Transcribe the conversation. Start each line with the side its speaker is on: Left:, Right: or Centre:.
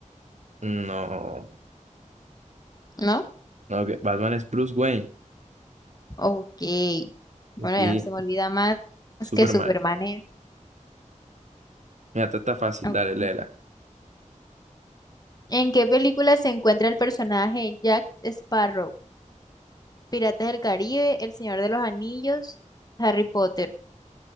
Right: No,
Left: ¿no?
Right: no, que Batman es Bruce Wayne,
Left: Ok. Bueno,
Right: aquí
Left: ya no se me olvida más
Right: Superman.
Left: que Superman es.
Right: Mira, esta está fácil,
Left: Ok.
Right: dale, léela.
Left: ¿En qué película se encuentra el personaje Jack Sparrow? ¿Piratas del Caribe, El Señor de los Anillos, Harry Potter?